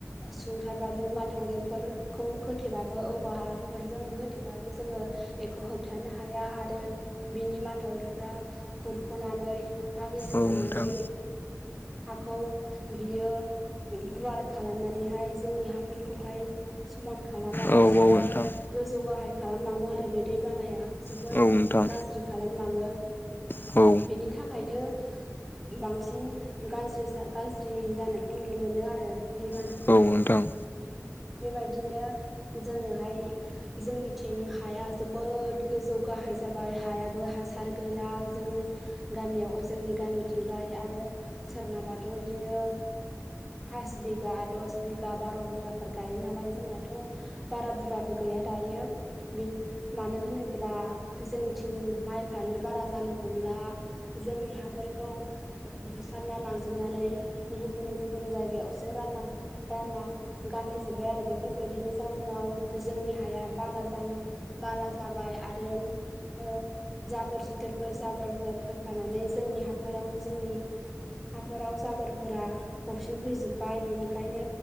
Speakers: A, in the centre; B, on the left (about 40°).
A: सुंथाबाबो माथावरिफोरखौ खोथेबाबो औवाफोरजों होथेबाबो जोङो एखौ होबथानो हाया आरो बिनि माथावरिफ्रा खुरख'नानै हा गिसि
B: औ
A: खानानै
B: नोंथां
A: हाखौ बियो गुवार खालामनानैहाय जोंनि हाफोरखौहाय समान खालामालासिनो
B: औ औ नोंथां औ नोंथां औ नोंथां औ नोंथां
A: गोजौ गाहाय खालामलाङो आरो बे दै बानाया जोबोद
B: औ नोंथां
A: गाज्रि खालामलाङो।
B: औ
A: बिनि थाखायनो बांसिन गाज्रि गाज्रि जानायखौ नुनो मोनो आरो दैबानाखौहाय।
B: नोंथां
A: बेबायदिनो जोङोहाय जोंनिथिं हाया जोबोद गोजौ गाहाय जाबाय हायाबो हासार गैला जोंनि गामियाव ओ जोंनि गामिथिंजाय आरो सोरनाबाथ' इदिनो फास बिगा दस बिगा बार' बिगाफोर गायो नालाय जोंनाथ' बारा बुरजाबो गैया दायो बि मानो होनोब्ला जोंथिं माइफ्रानो बारा जानो हमला जोंनि हाफोरखौ ओ बुस खारना लांजोबनानै गुबुन गुबुन जायगायावसो रानना राना गारहैजोबबाय आरो बेफोरबायदिनि जाउनाव जोंनि हाया बाला जानो बाला जाबाय आरो ओ जाबोर जुथोरफोर जाबोरफोर फैफानानै जोंनि हाफोराव जोंनि हाफोराव जाबोरफोरा फबसिन फैजोब्बाय बिनिखायनो